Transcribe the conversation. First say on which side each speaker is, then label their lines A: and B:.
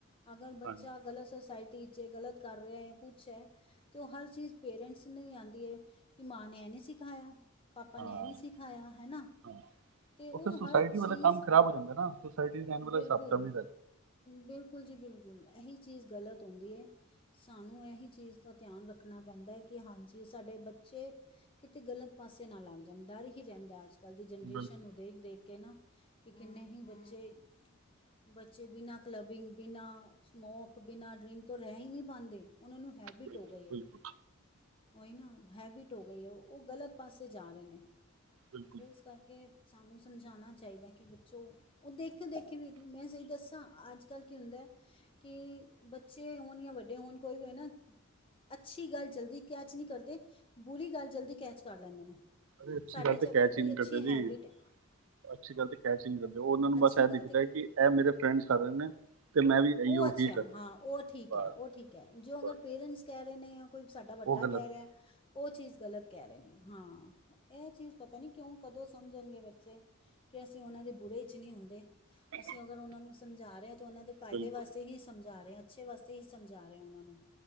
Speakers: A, on the left (about 25°); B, on the right (about 65°).
A: ਅਗਰ ਬੱਚਾ
B: ਹਾਂਜੀ
A: ਗਲਤ ਸੋਸਾਇਟੀ ਇੱਚ ਏ, ਗਲਤ ਕਰ ਰੇਆ ਯਾ ਕੁਛ ਐ ਤੇ ਉਹ ਹਰ ਚੀਜ਼ ਪੇਰੈਂਟਸ ਨੂੰ ਈ ਆਂਦੀ ਏ, ਕਿ ਮਾਂ ਨੇ ਏਹ ਨਈ ਸਿਖਾਇਆ। ਪਾਪਾ
B: ਹਾਂ
A: ਨੇ ਏਹ ਨਹੀਂ ਸਿਖਾਇਆ, ਹੈ ਨਾ।
B: ਹਾਂ
A: ਅਤੇ
B: ਉਹ ਫਿਰ ਸੋਸਾਇਟੀ
A: ਹਰ ਚੀਜ਼
B: ਵਾਲੇ ਕੰਮ ਖਰਾਬ ਹੋ ਜਾਂਦਾ ਨਾ, ਸੋਸਾਇਟੀ ਇੱਚ ਰੇਹਣ ਵਾਲਾ
A: ਬਿਲਕੁਲ
B: ਹਿਸਾਬ ਕਿਤਾਬ ਨਈ
A: ਬਿਲਕੁਲ ਜੀ ਬਿਲਕੁਲ, ਏਹੀ ਚੀਜ਼ ਗ਼ਲਤ ਹੁੰਦੀ ਏ। ਸਾਨੂੰ ਏਹੀ ਚੀਜ਼ ਦਾ ਤਿਆਨ ਰੱਖਣਾ ਪੈਂਦਾ, ਕੇ ਹਾਂਜੀ ਸਾਡੇ ਬੱਚੇ ਕਿਤੇ ਗਲਤ ਪਾਸੇ ਨਾ ਲੱਗ ਜਾਣ, ਡਰ ਹੀ ਰਹਿੰਦਾ ਅੱਜ ਅੱਜ ਕੱਲ੍ਹ ਦੀ ਜਨਰੇਸ਼ਨ
B: ਬਿਲਕੁਲ
A: ਨੂੰ ਦੇਖ-ਦੇਖ ਕੇ ਨਾ, ਕਿ ਕਿੰਨੇ ਹੀ ਬੱਚੇ ਬੱਚੇ ਬਿਨਾਂ ਕਲੱਬਿੰਗ, ਬਿਨਾਂ ਸਮੋਕ, ਬਿਨਾਂ ਡਰਿੰਕ ਤੋਂ ਰੇਹ ਈ ਨਹੀਂ ਪਾਂਦੇ ਉਹਨਾਂ ਨੂੰ ਹੈਬਿਟ
B: ਬਿਲਕੁਲ
A: ਹੋ ਗਈ ਹੈ।
B: ਬਿਲਕੁਲ
A: ਹੋਈ ਨਾ ਹੈਬਿਟ ਹੋ ਗਈ ਹੈ, ਉਹ ਗਲਤ ਪਾਸੇ ਜਾ ਰਹੇ ਨੇ
B: ਬਿਲਕੁਲ
A: ਇਸ ਕਰਕੇ ਸਾਨੂੰ ਸਮਝਾਉਣਾ ਚਾਹੀਦਾ ਕਿ ਬੱਚੋ ਉਹ ਦੇਖਣ ਦੇਖੀ ਵੀ, ਮੈਂ ਸਹੀ ਦੱਸਾਂ ਅੱਜ ਕੱਲ ਕੀ ਹੁੰਦਾ ਹੈ ਕਿ ਬੱਚੇ ਹੋਣ ਜਾਂ ਵੱਡੇ ਹੋਣ, ਕੋਈ ਵੀ ਨਾ ਅੱਛੀ ਗੱਲ ਜਲਦੀ ਕੈਚ ਨਹੀਂ ਕਰਦੇ, ਬੁਰੀ ਗੱਲ ਜਲਦੀ ਕੈਚ ਕਰ ਲੈਂਦੇ ਨੇ।
B: ਅਰੇ ਅੱਛੀ
A: ਸਾਡੇ
B: ਗੱਲ
A: ਚ
B: ਤੇ
A: ਅਗਰ
B: ਕੈਚ
A: ਕੋਈ
B: ਹੀ ਨਹੀਂ
A: ਅੱਛੀ
B: ਕਰਦੇ ਜੀ
A: ਹੈਬਿਟ ਏ
B: ਅੱਛੀ ਗੱਲ ਤੇ ਕੈਚ ਈ ਨਈ ਕਰਦੇ, ਉਹਨਾਂ ਨੂੰ ਬਸ
A: ਅੱਛੀ
B: ਏਹ
A: ਗੱਲ
B: ਦਿਖਦਾ
A: ਤਾਂ
B: ਏ ਕਿ, ਏਹ ਮੇਰੇ ਫਰੈਂਡ ਸਾਰੇ ਨੇ ਤੇ ਮੈਂ ਵੀ ਇਹੀਓ
A: ਉਹ ਅੱਛਾ
B: ਹੀ
A: ਹੈ,
B: ਕਰਨਾ
A: ਹਾਂ ਉਹ ਠੀਕ
B: ਬਸ
A: ਐ, ਉਹ ਠੀਕ ਐ, ਜੋ ਅਗਰ
B: ਬਸ
A: ਪੇਰੈਂਟਸ ਕੇਹ ਰਏ ਨੇ, ਯਾ ਕੋਈ ਸਾਡਾ ਵੱਡਾ
B: ਉਹ ਗਲਤ
A: ਕੇਹ
B: ਹੈ
A: ਰਿਹਾ ਉਹ ਚੀਜ਼ ਗ਼ਲਤ ਕੇਹ ਰਏ ਨੇ, ਹਾਂ ਏਹ ਚੀਜ਼ ਪਤਾ ਨੀ ਕਿਉਂ? ਕਦੋਂ ਸਮਝਣਗੇ ਬੱਚੇ? ਕੇ ਅਸੀਂ ਔਨਾਂ ਦੇ ਬੁਰੇ ਇੱਚ ਨਈ ਹੁੰਦੇ,
B: ਹੈ।
A: ਅਸੀਂ ਅਗਰ ਉਹਨਾਂ ਨੂੰ ਸਮਝਾ ਰਹੇ ਆ ਫਾਏਦੇ
B: ਬਿਲਕੁਲ
A: ਵਾਸਤੇ ਹੀ ਸਮਝਾ ਰਹੇ ਹਾ, ਅੱਛੇ ਵਾਸਤੇ ਹੀ ਸਮਝਾ ਰਹੇ ਹਾ ਉਹਨਾਂ ਨੂੰ।